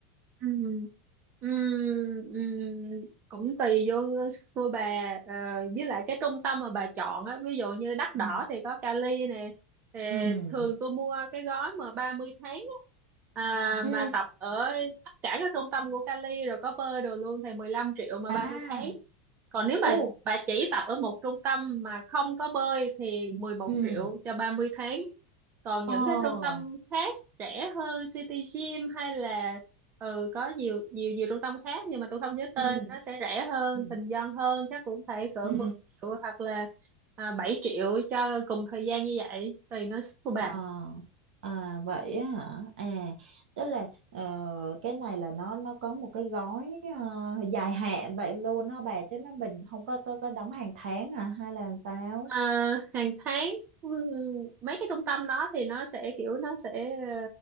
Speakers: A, on the right; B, on the right.
A: Ừm, ừm, ừm, cũng tùy vô cô bà ờ, với lại cái trung tâm mà bà chọn á ví dụ như đắt đỏ
B: Ừ.
A: thì có Cali nè thì
B: ừ
A: thường tôi mua cái gói mà 30 tháng á, à,
B: Ừ.
A: mà tập ở tất cả các trung tâm của Cali rồi có bơi đồ luôn thì 15 triệu mà
B: À,
A: ba mươi tháng còn nếu
B: Ồ,
A: mà bà chỉ tập ở một trung tâm mà không có bơi thì mười một
B: ừ,
A: triệu cho ba mươi tháng còn
B: ồ,
A: những cái trung tâm khác rẻ hơn City Gym hay là ừ có nhiều nhiều nhiều trung tâm khác nhưng mà tôi không nhớ tên
B: ừ,
A: nó sẽ rẻ hơn
B: ừ,
A: bình dân hơn chắc cũng phải cỡ
B: ừ,
A: mười triệu hoặc là à, 7 triệu cho cùng thời gian như vậy tùy ngân sách của bà
B: à, à, vậy á hả? À, tức là ờ, cái này là nó nó có một cái gói ờ, dài hạn vậy luôn hả bà? Chứ nó mình không có có, có đóng hàng tháng hả? Hay là làm sao?
A: Ờ, hàng tháng ừ, mấy cái trung tâm đó thì nó sẽ kiểu nó sẽ ờ,